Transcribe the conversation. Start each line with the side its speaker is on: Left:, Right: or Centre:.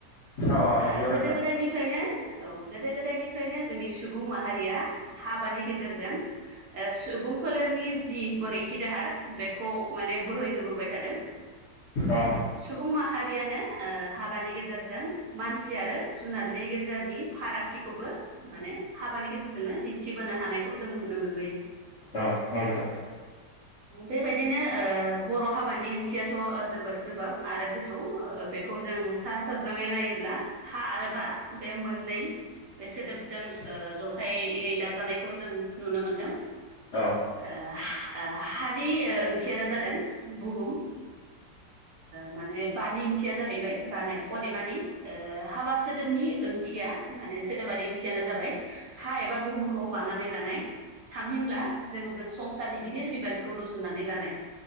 Left: अ
Right: ओ
Left: नंगौ नोंथां
Right: गोदो गोदायनिफ्रायनो। औ गोदो गोदायनिफ्रायनो जोंनि सुबुं माहारिया हाबानि गेजेरजों सुबुंफोरनि जि बोहैथि दाहार बेखौ ओ माने बोहैहोबोबाय थादों।
Left: अ औ
Right: सुबुं माहारियानो ओ हाबानि गेजेरजों मानसि आरो जुनारनि गेजेरनि फारागथि खौबो माने हाबानि गेजेरजोंनो दिन्थिबोनो हानायखौ जों नुनो मोनबोयो।
Left: औ नंगौ नंगौ।
Right: बेबायदिनो बर' हाबानि ओंथियाथ' थ जोबोद गोबाब आरो गोथौ बेखौ जों सा साजाङै नायोब्ला हा आरो बा बे मोननै बे सोदोबजों जथायै दाजानायखौ जों नुनो मोनदों।
Left: औ
Right: ओ हानि ओंथियानो जादों बुहुम माने बानि ओंथिया जाहैबाय बानाय अदेमानि हाबा सोदोबनि ओंथिया माने सोदोबारि ओंथियानो जाबाय हा एबा बुहुमखौ बानानै लानाय। थामहिनब्ला जोंजों संसारनि गिदिर बिबानखौ रुजुनानै लानाय।